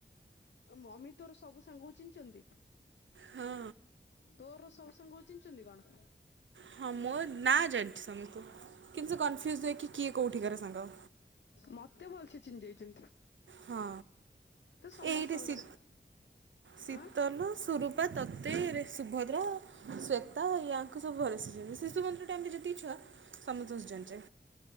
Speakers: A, on the left; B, on the right.
A: ମମି ତୋର ସବୁ ସାଙ୍ଗକୁ ଚିହ୍ନିଚନ୍ତି?
B: ହଁ।
A: ତୋର ସବୁ ସାଙ୍ଗ ଙ୍କୁ ଚିହ୍ନିଛନ୍ତି କଣ।
B: ହଁ ମୁଁ ନା ଜାଣିଛି ସମସ୍ତେ କିନ୍ତୁ ସେ କନଫ୍ୟୁଜ୍ ହୁଏ କି କିଏ କେଉଠି କାର ସାଙ୍ଗ।
A: ମତେ ଭଲସେ ଚିହ୍ନିଯାଇଛନ୍ତି।
B: ହଁ
A: ସମସ୍ତଙ୍କରେ
B: ଏଇଠି ଶ ଶୀତଲ
A: ଆଁ
B: ସୁରୁ ପା ତତେରେ ସୁଭଦ୍ରା ଶ୍ଵେତା ୟାଙ୍କୁ ସବୁ ଭଲସେ ଚିହ୍ନିଛି, ଶିଶୁମନ୍ଦିର ଟାଇମ୍ ରେ ଯେତିକି ଛୁଆ। ସମସ୍ତଙ୍କୁ ଜାଣିଚି।